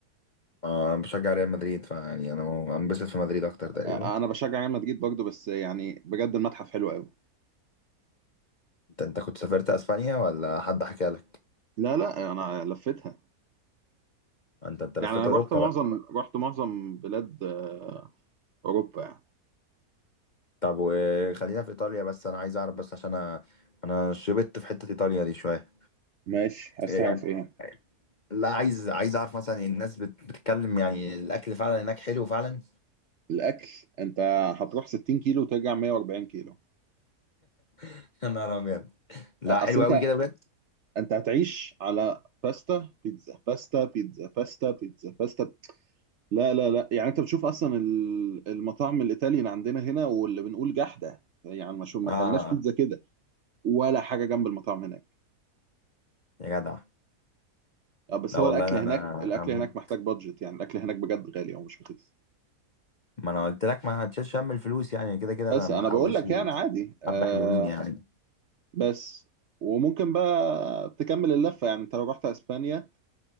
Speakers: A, on the left; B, on the right.
A: آه بشجع ريال مدريد فيعني انا انبسط في مدريد اكتر تقريبا
B: انا بشجع ريال مدريد برضه بس يعني بجد المتحف حلو قوي
A: انت انت كنت سافرت اسبانيا ولا حد حكى لك
B: لا لا انا لفتها
A: انت انت لفيت
B: يعني انا
A: اوروبا
B: رحت معظم
A: بقى
B: رحت معظم بلاد آه، اوروبا يعني
A: طب وخلينا في ايطاليا بس انا عايز اعرف بس عشان انا انا شبت في حتة ايطاليا دي شوية
B: ماشي عايز
A: يعني
B: تعرف ايه
A: لا عايز عايز اعرف مثلا الناس بت- بتتكلم يعني الاكل فعلا هناك حلو فعلا
B: الاكل انت هتروح 60 كيلو وترجع 140 كيلو
A: <laughs> يا نهار ابيض لا
B: اصل
A: حلو
B: انت
A: قوي كده بجد
B: انت هتعيش على باستا بيتزا باستا بيتزا باستا بيتزا باستا لا لا لا يعني انت بتشوف اصلا ال- المطاعم الايطالي اللي عندنا هنا واللي بنقول جحده يعني ما شو ما
A: اه
B: اكلناش بيتزا كده ولا حاجه جنب المطاعم هناك
A: يا جدع
B: آه، بس
A: لا
B: هو
A: والله
B: الاكل
A: انا
B: هناك
A: انا
B: الاكل
A: هموت
B: هناك محتاج بادجت يعني الاكل هناك بجد غالي او مش رخيص
A: ما انا قلت لك ما هتشيلش هم الفلوس يعني كده كده
B: بس
A: انا محوش
B: انا بقول لك
A: لي
B: يعني عادي آه
A: حبه حلوين يعني
B: بس وممكن بقى تكمل اللفه يعني انت لو رحت اسبانيا